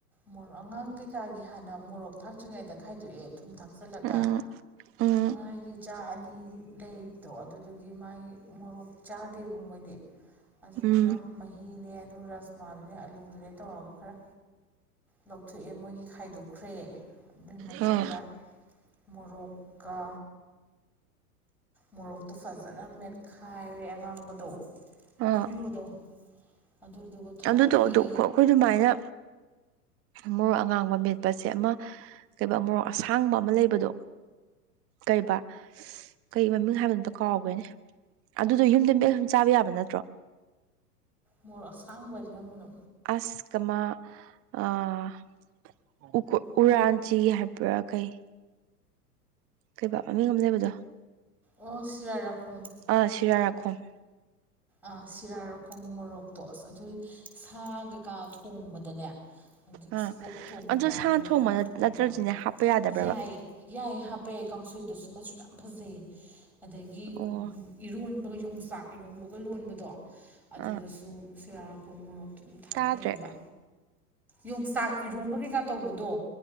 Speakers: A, in the centre; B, on the right.
A: ꯃꯣꯔꯣꯛ ꯑꯉꯥꯡ ꯀꯩꯀꯥꯒꯤ ꯍꯥꯟꯅ ꯃꯣꯔꯣꯛ ꯊꯥꯛꯇ꯭ꯔꯤꯉꯩꯗ ꯈꯥꯏꯗꯣꯛꯑꯦ ꯊꯨꯝ ꯊꯥꯛ ꯆꯜꯂꯒ
B: ꯎꯝ ꯎꯝ
A: ꯑꯉꯥꯡꯒꯤ ꯏꯆꯥ ꯑꯅꯤ ꯂꯩ ꯇꯣ ꯑꯗꯨꯗꯨꯒꯤ ꯃꯥꯒꯤ ꯃꯣꯔꯣꯛ ꯆꯥꯗꯦꯕ ꯃꯣꯏꯗꯤ ꯑꯗꯨꯗꯨꯅ
B: ꯎꯝ
A: ꯃꯍꯤꯅꯦ ꯑꯗꯨꯒ ꯔꯁꯃꯥꯗꯨꯅꯦ ꯑꯂꯨꯗꯨꯅꯦ ꯇꯧꯔꯒ ꯈꯔ ꯂꯧꯊꯣꯛꯑꯦ ꯃꯣꯏꯒꯤ ꯈꯥꯏꯗꯣꯛꯈ꯭ꯔꯦ ꯑꯗꯨꯏ ꯃꯇꯨꯡꯗ
B: ꯑ
A: ꯃꯣꯔꯣꯛ ꯀꯥ ꯃꯣꯔꯣꯛꯇꯨ ꯐꯖꯅ ꯃꯦꯠꯈꯥꯏꯔꯦ ꯑꯉꯥꯡꯕꯗꯣ
B: ꯑ
A: ꯑꯀꯪꯕꯗꯣ ꯑꯗꯨꯗꯨꯒ ꯊꯥꯛꯑꯦ
B: ꯑꯗꯨꯗꯣ ꯑꯗꯨ ꯈꯣ ꯑꯩꯈꯣꯏ ꯗꯨꯃꯥꯏꯅ ꯃꯣꯔꯣꯛ ꯑꯉꯥꯡꯕ ꯃꯦꯠꯄꯁꯦ ꯑꯃ ꯀꯩꯅꯣ ꯃꯣꯔꯣꯛ ꯑꯁꯥꯡꯕ ꯑꯃ ꯂꯩꯕꯗꯣ ꯀꯩꯕꯥ ꯀꯩ ꯃꯃꯤꯡ ꯍꯥꯏꯕꯅꯣꯇꯣ ꯀꯥꯎꯒ꯭ꯔꯦꯅꯦ ꯑꯗꯨꯗꯣ ꯌꯨꯝꯗ ꯃꯦꯠ ꯆꯥꯕ ꯌꯥꯕ ꯅꯠꯇ꯭ꯔꯣ
A: ꯃꯣꯔꯣꯛ ꯑꯁꯥꯡꯕ ꯍꯥꯏꯖꯦ ꯀꯔꯝꯕꯅꯣ
B: ꯑꯁ ꯀꯃꯥ ꯑ ꯎꯀꯨ ꯎꯔꯥꯟ
A: ꯃꯣꯔꯣꯛ
B: ꯆꯤ ꯍꯥꯏꯕ꯭ꯔꯥ ꯀꯩ ꯀꯩꯕꯥ ꯃꯃꯤꯡ ꯑꯃ ꯂꯩꯕꯗꯣ
A: ꯑꯣ ꯁ꯭ꯋꯤꯔ ꯔꯈꯣꯡ
B: ꯑꯥ ꯁꯤꯔꯥꯏ ꯔꯥꯈꯣꯡ
A: ꯑ ꯁꯤꯔꯥꯔꯥꯈꯣꯡ ꯃꯣꯔꯣꯛꯇꯣ ꯑꯁ ꯑꯗꯨ ꯁꯥ ꯀꯩꯀꯥ ꯊꯣꯡꯕꯗꯅꯦ ꯑꯗꯨ
B: ꯑꯥ
A: ꯑꯣꯛ ꯊꯣꯡꯕ
B: ꯑꯗꯨ ꯁꯥꯅ
A: ꯑꯗꯒꯤ ꯉꯥ ꯊꯣꯡꯕ
B: ꯅꯠꯇ꯭ꯔꯗꯤꯅꯦ ꯍꯥꯞꯄ ꯌꯥꯗꯕ꯭ꯔꯕ
A: ꯌꯥꯏꯌꯦ ꯌꯥꯏ ꯍꯥꯞꯄꯦ ꯀꯥꯡꯁꯣꯏꯗꯁꯨ ꯃꯆꯨ ꯌꯥꯝ ꯐꯖꯩꯌꯦ ꯑꯗꯒꯤ
B: ꯑꯣ
A: ꯎꯝꯎꯝ ꯏꯔꯣꯟꯕꯒ ꯌꯣꯡꯆꯥꯛ ꯏꯔꯣꯝꯕꯒ ꯂꯣꯟꯕꯗꯣ ꯑꯗꯨꯗꯁꯨ
B: ꯑꯥ
A: ꯁꯤꯔꯥꯔꯥꯈꯣꯡ ꯃꯣꯔꯣꯛ ꯑꯗꯨꯝ ꯊꯥꯛꯅꯩꯑꯦꯕ
B: ꯇꯥꯗ꯭ꯔꯦ
A: ꯌꯣꯡꯆꯥꯛ ꯏꯔꯣꯝꯕ ꯀꯩꯀꯥ ꯇꯧꯕꯗꯣ